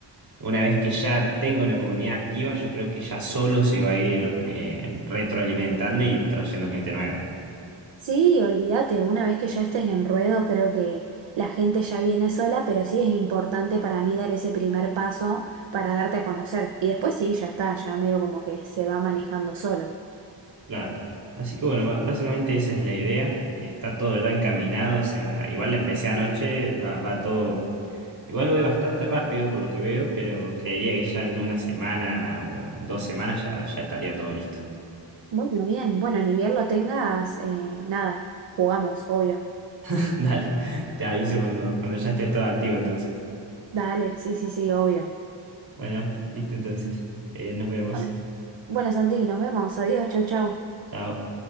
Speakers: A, on the right (about 50°); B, on the right (about 70°).
A: Una vez que ya tenga una comunidad activa, yo creo que ya solo se va a ir eh, retroalimentando y trayendo gente nueva.
B: Sí, olvídate, una vez que ya estés en ruedo, creo que la gente ya viene sola, pero sí es importante para mí dar ese primer paso para darte a conocer. Y después sí, ya está, ya medio como que se va manejando solo.
A: Claro. Así que bueno, ba- básicamente esa es la idea. Eh, Está todo ya encaminado, o sea, igual la empecé anoche, va, va todo. Igual voy bastante rápido por lo que veo, pero creería que ya en una semana o dos semanas ya, ya estaría todo listo.
B: Bueno, bien, bueno, ni bien lo tengas, eh, nada, jugamos, obvio.
A: <laughs> Dale, te aviso cuando, cuando ya esté todo activo entonces.
B: Dale, sí, sí, sí, obvio.
A: Bueno, listo entonces. Eh, nos vemos.
B: Bueno, bueno, Santi, nos vemos, adiós, chau, chau.
A: Chao.